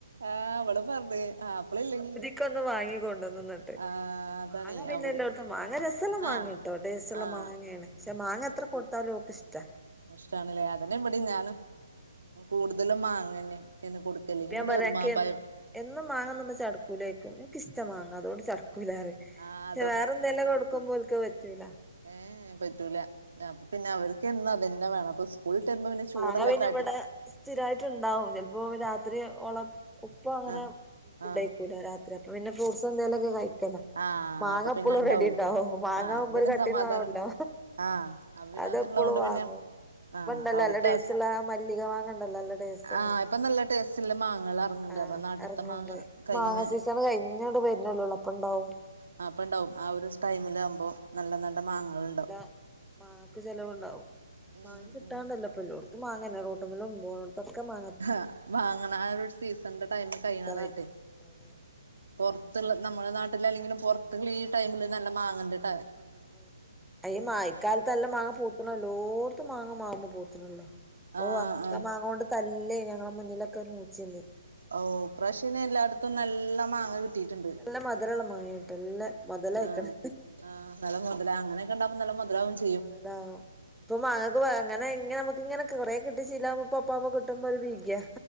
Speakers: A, on the right; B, in the centre.
A: ആഹ് ഇവള് പറഞ് ആപ്പിളില്ലെങ്കി-
B: ഇക്ക് ഒന്ന് വാങ്ങി കൊണ്ടന്ന് ന്നർഞ്ഞ്
A: ആഹ് അതാണേ
B: മാങ്ങ പിന്നെ
A: അവര്
B: എല്ലോട്ത്തും മാങ്ങ രസള്ള മാങ്ങേട്ടോ
A: ആഹ്
B: ടേസ്റ്റുള്ള
A: ആഹ്
B: മാങ്ങേണ്. മാങ്ങ എത്ര കൊട്ത്താലും ഓക്ക് ഇഷ്ട
A: ഇഷ്ടാണല്ലേ അതെന്നെ ഇവിടിം ഞാനും കൂടുതലും മാങ്ങന്നെ എന്നും കൊട് ഇല്ലെങ്കിൽ
B: അപ്പ ഞാൻ
A: പിന്നെ
B: പറയാ
A: ഉർമ്മാമ്പഴം
B: അൻക്ക് എൻ എന്നും മാങ്ങ തിന്നുമ്പോ ചടക്കൂലേക്കും എനിക്ക് ഇഷ്ടമ മാങ്ങ അതുകൊണ്ട് ചടക്കൂലാറയും
A: ആഹ്
B: വേറെന്തെങ്കിലും കൊടുക്കുമ്പോ ഓല്ക്കത് പറ്റൂല
A: ഏ പറ്റൂല അപ്പ പിന്നെ അവർക്ക് എന്നാ അത് തന്നെ വേണം അപ്പൊ സ്കൂളിട്ട് വരുമ്പോ പിന്നെ ചൂട്
B: മാങ്ങ
A: യുള്ള
B: പിന്നെ
A: കടി
B: ഇവിടെ സ്ഥിരായിട്ട് ഇണ്ടാവും ചെലപ്പോൾ രാത്രി ഓളെ - ഇപ്പ അങ്ങനെ
A: ആഹ്
B: ഫുഡ്
A: ആഹ്
B: കഴിക്കൂല്ല രാത്രി അപ്പ പിന്നെ ഫ്രൂട്ട്സ് എന്തൊലുംക്കെ കഴിക്കല
A: ആഹ്
B: മാങ്ങപ്പൊളും
A: അപ്പൊ പിന്നെ ഉണ്ടാവൂലേ
B: റെഡി- ഓഹ് മാങ്ങാകുമ്പോ
A: ആഹ് അപ്പൊ പിന്നെ
B: ഒരു കട്ടിയുള്ളണണ്ടാവല്ലോ
A: സമാധാനം ആഹ് അപ്പൊ പിന്നെ
B: അതെപ്പോളും
A: അത്ള്ളത് കൊണ്ട്
B: വാങ്ങും
A: പിന്നെ ആഹ്
B: ഇപ്പൊണ്ടല്ലോ
A: അവർക്ക്
B: നല്ല ടെസ്റ്റ്‌യുള്ള
A: ആവശ്യ
B: മല്ലിക മാങ്ങണ്ടല്ലോ നല്ല ടേസ്റ്റ്‌
A: ആഹ്
B: ആണ്
A: ഇപ്പൊ നല്ല ടേസ്റ്റുള്ള മാങ്ങകൾ ഇറങ്ങണ്ട്
B: ആഹ്
A: നമ്മളെ നാട്ടിത്തെ
B: എറങ്ങ്ണ്ട്
A: മാങ്ങ കഴിഞ്ഞ
B: മാങ്ങാ സീസ- കഴിഞ്ഞോണ്ട് വരണല്ലോ അപ്പം ഉണ്ടാവും
A: ആ അപ്പം ഉണ്ടാവും ആ ഒരു ടൈമിലാകുമ്പോൾ നല്ല നല്ല മാങ്ങകൾ ഉണ്ടാവും
B: നല്ല മാങ്ങക്ക് ചെലവുണ്ടാവും
A: ഉം
B: മാങ്ങ കിട്ടാണ്ടല്ലോ
A: ഉം
B: ഇപ്പ എല്ലാടത്തും മാങ്ങ തന്നെ അല്ലെ റോടുമേലും പോണടത്തും പക്ക മാ
A: ആഹ് വാങ്ങണ ആ ഒരു സീസണന്റെ ടൈം കഴിയണതായിട്ട്
B: സീസണാണ് അതെ
A: പൊറത്തുള്ള നമ്മുടെ നാട്ടിൽ അല്ലെങ്കിലും പൊറത്തുള്ള ഈ ടൈമില് നല്ല മാങ്ങാ -
B: <unintelligible> <unintelligible> അയ്യ മായക്കാലത്ത് നല്ല മാങ്ങ പൂത്തണല്ലോ എല്ലാടത്തും മാങ്ങ മാവുമ്പോ പൂത്തണല്ലോ
A: ആഹ്
B: ഓഹ് അന്നൊക്കെ
A: ആഹ്
B: മാങ്ങ കൊണ്ട് തല്ലി ഞങ്ങളെ മുന്നിലൊക്കെ ഒരു മൂച്ചിണ്ട്-
A: ഓഹ് ഇപ്രാവശ്യം എല്ലായിടത്തും നല്ല മാങ്ങ കിട്ടിയിട്ടുണ്ട്.
B: നല്ല മധുരമുള്ള മാങ്ങയിൽ തന്നെ മോ തലാക്ക്ണ്
A: ആഹ് ആഹ് നല്ല മൊതലാ അങ്ങനൊക്കെണ്ടാവുമ്പൊ നല്ല മൊതലാവും ചെ
B: മയണ്ടാവും ഇപ്പൊ മാങ്ങക്ക് വ ഇങ്ങനെ ഇങ്ങനെ നമുക്ക്ങ്ങനെ കൊറേ കിട്ടി ശീലാവുമ്പം ഇപ്പ ഇപ്പൊ കിട്ടുമ്പൊരു ഭീതിയ